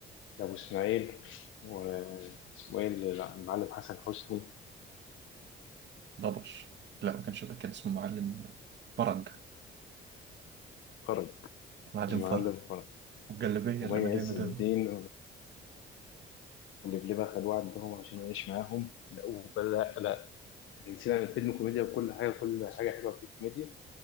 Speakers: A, on the left; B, on the right.
A: لأبو إسماعيل واسمه إيه اللي- لا، المعلم حسن حسني
B: ضبش لا ما كانش ده كان اسمه معلم فرج
A: فرج
B: معلم
A: المعلم
B: فرج
A: فرج
B: والجلابية
A: ومي
B: اللي مليانة
A: عز
B: دم
A: الدين ولبلبة خدوه عندهم عشان يعيش معاهم لا ولا لا احنا نسينا ان الفيلم كوميديا وكل حاجة كل حاجة حلوة فيه كوميديا